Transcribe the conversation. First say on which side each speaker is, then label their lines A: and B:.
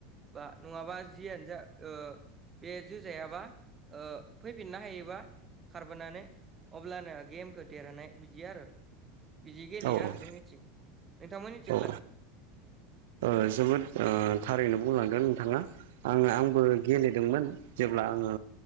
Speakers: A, on the right; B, on the right.
A: बा नङाबा जियानो जा ओ बे जोजायाबा ओ फैफिननो हायोबा खारबोनानै। अब्लानो गेमखौ देरहानाय बिदि आरो बिदि गेलेयो
B: औ
A: आरो
B: औ
A: जोंनिथिं। नोंथांमोननिथिंलाय
B: औ ओ जोबोद ओ थारैनो बुंलांगोन नोंथाङा आं आंबो गेलेदोंमोन जे ब्ला आङो